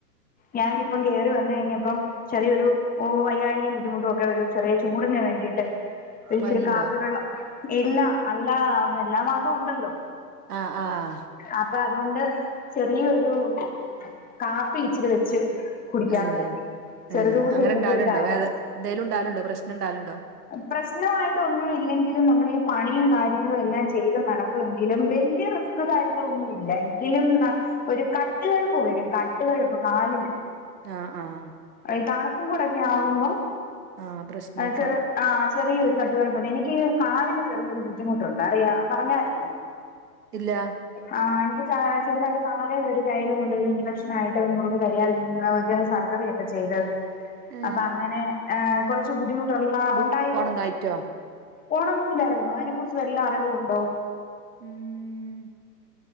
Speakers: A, on the left (about 15°); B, on the right (about 70°).
A: ഞാനിപ്പം കേറി വന്നഴിഞ്ഞപ്പം ചെറിയൊരു വൈയായിക ബുദ്ധിമുട്ടും ഒക്കെ ഒരു ചെറിയ ചൂടിന് വേണ്ടിയിട്ട് ഇച്ചിരി
B: പനിയുണ്ടോ
A: കാപ്പിവെള്ളം ഇല്ല അല്ല എല്ലാ മാസവും ഉണ്ടല്ലോ
B: ആഹ് ആഹ്
A: അപ്പൊ അതുകൊണ്ട് ചെറിയൊരു കാപ്പി ഇച്ചില് വെച്ച് കുടിക്കാന്ന്
B: ഏഹ്
A: കരുതി ചെറുചൂട്
B: ഏഹ് അങ്ങനെ
A: ചെല്ലുമ്പോ
B: ഉണ്ടാവലുണ്ടോ
A: ഒരു ആശ്വാസം
B: വേദ എന്തേലും ഉണ്ടാലും ഉണ്ടോ പ്രശ്നം ഉണ്ടാവല് ഉണ്ടോ
A: പ്രശ്നമായിട്ട് ഒന്നും ഇല്ലെങ്കിലും നമ്മൾ ഈ പണിയും കാര്യങ്ങളും എല്ലാം ചെയ്ത് നടക്കുമെങ്കിലും വല്യ കാര്യങ്ങളൊന്നും ഇല്ല എങ്കിലും ഒരു കട്ടുകഴുപ്പ് വരും കട്ടുകഴുപ്പ് കാലിന്
B: ആഹ് ആഹ്
A: ഈ തണുപ്പും കൂടെ ഒക്കെ ആകുമ്പം
B: ആ പ്രശ്നേക്കാരം
A: ചെറു ആഹ് ചെറിയൊരു <unintelligible> എനിക്ക് കാലിന് ചെറിയൊരു ബുദ്ധിമുട്ടുണ്ട് ഉണ്ടായിരുന്നു അറിയാ പറഞ്ഞായിരുന്നു
B: ഇല്ലാ
A: ആ് എനിക്ക് ചെറുതായിട്ട് കാലിന് ഒരു ടൈൽ കൊണ്ട് ഒരു ഇൻഫെക്ഷൻ ആയിട്ട് മുറിവ് കരിയാതിരുന്ന് ഒരു സർജറി യെ ചെയത്
B: ഏ
A: അപ്പൊ അങ്ങനെ ഏഹ് കെറ കുറച്ചു ബുദ്ധിമുട്ടുള്ള
B: ബു
A: ഉണ്ടായിരുന്നു
B: ഉണങ്ങായിറ്റോ
A: ഓണങ്ങുല്ലായിരുന്നു അതിനെക്കുറിച്ച് വല്ല അറിവുണ്ടോ?
B: ഉം